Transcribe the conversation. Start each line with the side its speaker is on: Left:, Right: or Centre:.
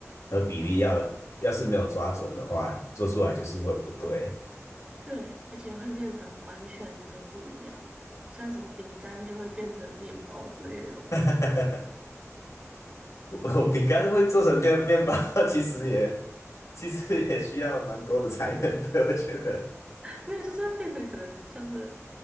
Left: 和比例要要是没有抓准的话，做出来就是会不对。
Right: 对，而且会变成完全的不一样，像什么饼干就会变成面包之类的东西，
Left: <laughs>
Right: <laughs>
Left: 我饼干会做成面面包，<laughs> 其实也其实也需要蛮多的才能的，我觉得。
Right: 没有，就是会变成可能像是